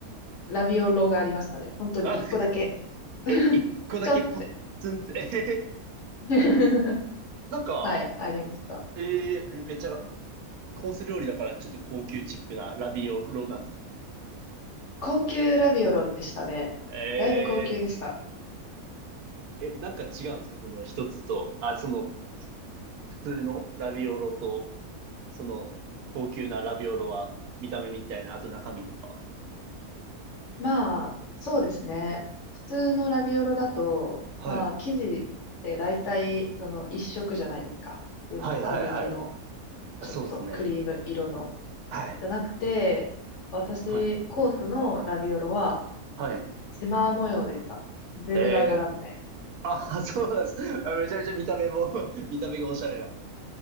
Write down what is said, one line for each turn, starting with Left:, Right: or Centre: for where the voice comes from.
Left: ラビオローがありましたね。本当に1個だけ。
Right: あ、
Left: <laughs>
Right: え、一個だけポッツンって、
Left: ちょんって。
Right: えへへ
Left: <laughs>
Right: なんか、
Left: はい、ありました。
Right: えー、めっちゃ、コース料理だから、ちょっと高級チックなラビオロなんですか
Left: 高級ラビオロでしたね。
Right: え
Left: だいぶ高級でした。
Right: ー、え、なんか違うんですかその一つと、あ、その、普通のラビオロと。その、高級なラビオロは、見た目みたいな、あと中身とか。
Left: まあ、そうですね。普通のラビオロだと、
Right: はい。
Left: まあ、生地って大体、その一色じゃないですか。普通に小麦の、
Right: はいはいはい。あそうですね。
Left: ちょっとクリーム色の。
Right: はい。
Left: じゃなくて、私、
Right: はい。
Left: コースのラビオロは、
Right: はい。
Left: シマー模様でした。ゼブラ柄みたいな。
Right: えー、あ、<laughs> そうなんです。あめちゃめちゃ見た目も <laughs> 見た目がおしゃれだ。